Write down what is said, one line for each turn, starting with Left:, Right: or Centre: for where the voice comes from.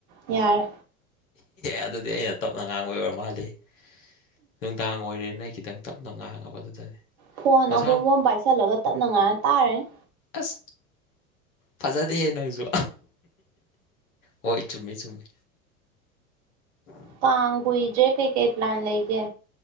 Right: ꯌꯥꯔ
Left: ꯑꯗꯨꯗꯤ ꯑꯩꯅ ꯇꯞꯅ ꯉꯥꯡꯕꯩ ꯑꯣꯏꯔ ꯃꯥꯜꯂꯦꯍꯦ ꯅꯨꯡꯗꯥꯡ ꯑꯣꯏꯔꯦꯅ ꯑꯩ ꯈꯤꯇꯪ ꯇꯞꯅ ꯉꯥꯡꯉꯕ ꯑꯗꯨꯗꯅꯤ
Right: ꯐꯣꯟ
Left: ꯃꯁꯥ
Right: ꯑꯍꯣꯡꯕ ꯑꯃ ꯄꯥꯏꯁꯜꯂꯒ ꯇꯞꯅꯉꯥꯡꯉ ꯇꯥꯔꯅꯤ
Left: ꯑꯁ ꯐꯖꯗꯦꯍꯦ ꯅꯪꯁꯨ ꯍꯣꯏ ꯆꯨꯝꯃꯦ ꯆꯨꯝꯃꯦ
Right: ꯀꯥꯡ ꯀꯨꯏꯗ꯭ꯔꯦ ꯀꯩ ꯀꯩ ꯄ꯭ꯂꯥꯟ ꯂꯩꯒꯦ